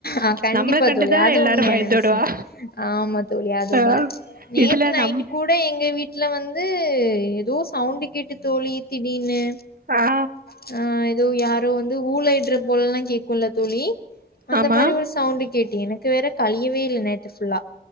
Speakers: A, on the left (about 70°); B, on the right (about 60°).
A: ஆ கண்டிப்பா
B: நம்மள கண்டுதான்
A: தோழி அது
B: எல்லாரும்
A: உண்மையான
B: பயந்தோடுவா
A: விஷ்ய ஆமா தோழி அதுதா
B: ஆ
A: நேத்து
B: இதுல
A: நைட்டு
B: நம்
A: கூட் ட எங்க வீட்ல வந்து எதோ சவுண்டு கேட்டு தோழி திடீர்னு
B: பா
A: பா ஆ எதோ யாரோ வந்து ஊள இட்ற போலல்லா கேக்குல தோழி அந்த
B: ஆமா
A: மாரி ஒரு சவுண்டு கேட்டு எனக்கு வேற கழியவே இல்ல நேத்து ஃபுல்லா